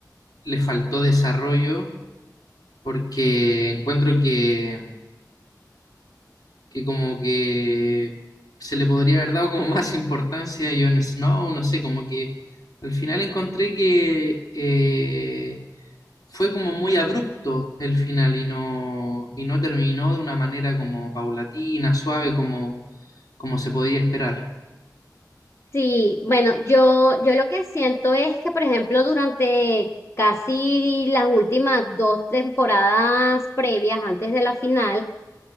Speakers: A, on the left; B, on the left.
A: le faltó desarrollo porque encuentro que, que como que se le podría haber dado como más importancia a Jon Snow, no sé, como que al final encontré que eh, fue como muy abrupto el final y no, y no terminó de una manera como paulatina, suave, como, como se podía esperar.
B: Sí, bueno, yo, yo lo que siento es que, por ejemplo, durante casi las últimas dos temporadas previas, antes de la final,